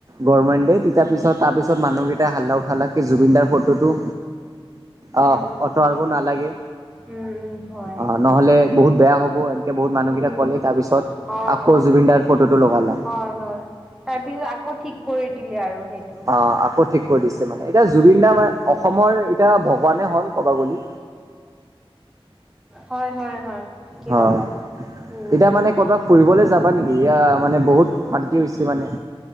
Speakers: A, on the right; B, in the centre.
A: গৱৰমেণ্ট। তাৰ পিছত তাৰপিছত মানুহকেইটা হাল্লা উঠালা জুবিনদাৰ ফটো টো- অ
B: উম উম
A: অঁতবৰ নালাগে।
B: উম উম হয়।
A: অঁ নহ'লে বহুত বেয়া হ'ব এনেকৈ বহুত মানুহকেইটা
B: উম
A: ক'লে তাৰপিছত-
B: অ
A: আকৌ
B: অ
A: জুবিনদাৰ ফটো টো লগালা।
B: হয় হয়। তাৰ পিছত আকৌ ঠিক কৰি দিলে আৰু সেইটো।
A: অ আকৌ ঠিক কৰি দিছে মানে এতিয়া জুবিন
B: উম
A: দাৰ
B: উম
A: অসমৰ এতিয়া ভগৱানে হ'ল ক'ব গ'লে।
B: হয় হয় হয়। ঠিকেই
A: হয়,
B: ক'লা উম
A: এতিয়া মানে কৰ'বাত- ফুৰিবলৈ যাবা নেকি এয়া মানে বহুত শান্তি হৈছে মানে।